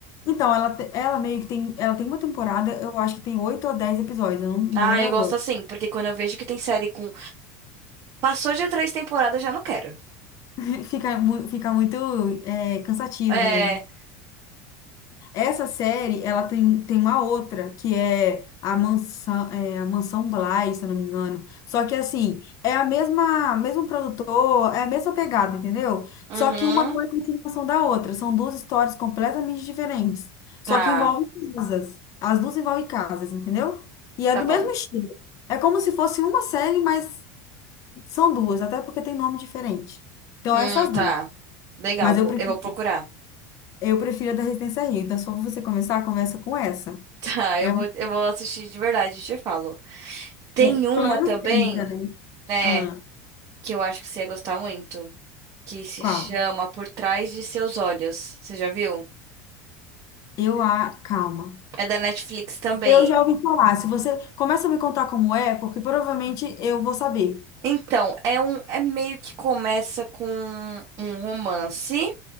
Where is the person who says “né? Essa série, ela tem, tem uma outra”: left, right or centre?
Left